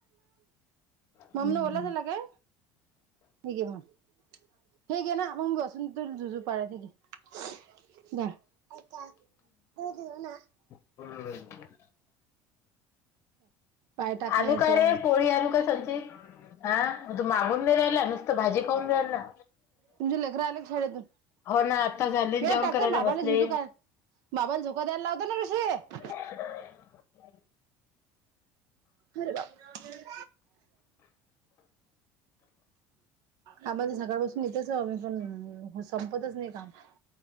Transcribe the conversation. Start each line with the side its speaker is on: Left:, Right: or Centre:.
Left: हम्म
Right: ममनं ओला झाला काय? हे घे मघ. हे गे ना मग ग असून तो जुजो पार नके. <unintelligible> ब का द देव ना <inaudible> <inaudible>
Left: हो.
Right: पाय टाकण्याच्या
Left: आणू काय रे पोळी आणू का संचित? अं मग तू मागून नाही रायला,, नुसतं भाजी खाऊन रायला.
Right: तुमचे लेकरं आले का शाळेतून
Left: हो ना, आता झाले
Right: हे
Left: जेवण
Right: टाकतो
Left: करायला
Right: ना बाबाला
Left: बसले.
Right: झुजू काय बाबाला झोका द्यायला लावतो ना ऋषी.
Left: <inaudible>
Right: अरे बापरे! आम्ही पण सकाळ पसून इथच आओ, आम्ही पण संपतच नाही कामं.